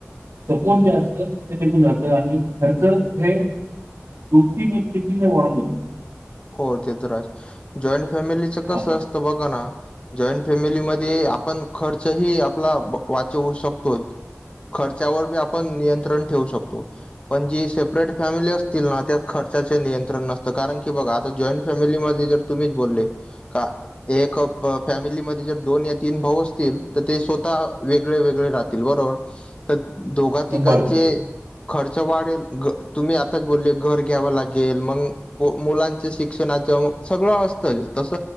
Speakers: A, on the right; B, on the left.
A: सपोर्ट जे असत ते टिकून जात आणि खर्च हे दुपटीने तिपटिने वाढुन जातो.
B: हो ते तर आहेच, जॉइन्ट फॅमिलीच
A: हा
B: कसं असतं बघा ना जॉइन्ट फॅमिलीमध्ये आपण खर्चही आपला ब वाचवू शकतो. खर्चावर बी आपण नियंत्रण ठेवू शकतो. पण जी सेपरेट फॅमिली असतील ना त्यात खर्चाचे नियंत्रण नसतं कारण कि की बघा आता जॉईंट फॅमिलीमध्ये जर तुम्हीच बोलले का एक प फॅमिलीमध्ये जर दोन या तीन भाऊ असतील तर ते स्वतः वेगळे वेगळे राह तीला बरोबर, तर दोघा तिघांचे
A: बरोबर
B: खर्च वाढेल, तुम्ही आताच बोलले घर घ्यावं लागेल मंग मुलांच्या शिक्षणाच सगळं असतं, तस